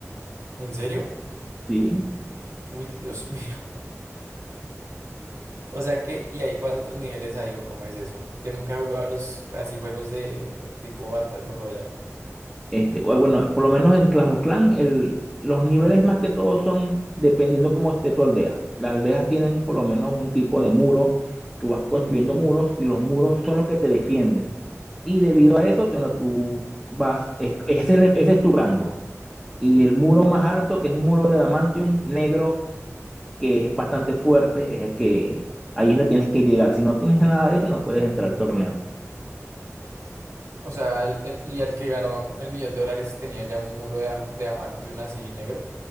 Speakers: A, on the right; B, in the centre.
A: ¿en serio?
B: ¿sí?
A: Uy, Dios <laughs> mío. O sea que, ¿y ahí cuántos niveles hay o cómo es eso? Yo nunca he jugado los así juegos de tipo Battle Royale.
B: Este, o bueno, por lo menos en Clash of Clans, el, los niveles más que todo son dependiendo cómo esté tu aldea. Las aldeas tienen por lo menos un tipo de muro. Tú vas construyendo muros y los muros son los que te defienden. Y debido a eso, te lo- tú vas, es- ese, es el- ese es tu rango. Y el muro más alto, que es un muro de adamantium negro, que es bastante fuerte, es el que ahí no tienes que llegar. Si no tienes nada de eso, no puedes entrar al torneo.
A: O sea, el- el- y el que ganó el millón de dólares tenía ya un muro de, am- de diamante y un así negro.